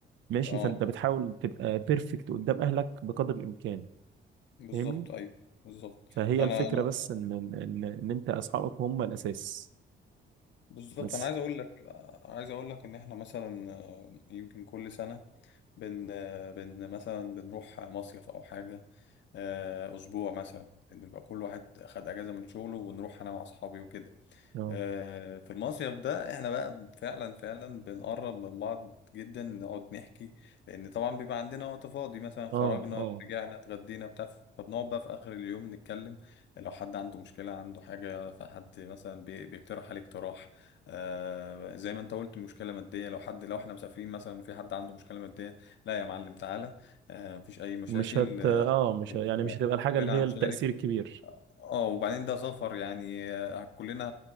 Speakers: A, on the right; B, on the left.
A: ماشي
B: اه
A: فأنت بتحاول تبقى بيرفكت قدام أهلك بقدر الإمكان
B: بالظبط
A: فاهمني؟
B: ايوه بالظبط
A: فهي
B: انا
A: الفكرة
B: انا
A: بس إن إن إن أنت أصحابك هم الأساس
B: بالظبط
A: بس
B: انا عايز اقول لك عايز اقول لك ان احنا مثلا آه، يمكن كل سنه بن بن مثلا بنروح مصيف أو حاجة آه، أسبوع مثلا نبقى كل واحد خد أجازة من شغله ونروح أنا مع أصحابي وكده
A: أه
B: آه، في المصيف ده احنا بقى فعلا فعلا بنقرب من بعض جدا نقعد نحكي لان طبعا بيبقى عندنا وقت فاضي مثلا خرجنا
A: أه أه
B: رجعنا اتغدينا بتاع فبنقعد بقى في اخر اليوم نتكلم لو حد عنده مشكلة عنده حاجة فحد مثلا بي- بيقترح عليه اقتراح آه زي ما انت قلت مشكلة مادية لو حد لو احنا مسافرين مثلا وفي حد عنده مشكلة مادية لا يا معلم تعالى آه مفيش اي مشاكل
A: مش هت أه مش ه... يعني
B: آه،
A: مش هتبقى الحاجة
B: كلنا
A: اللي هي
B: هنشارك
A: التأثير الكبير
B: اه وبعدين ده سفر يعني آه، كلنا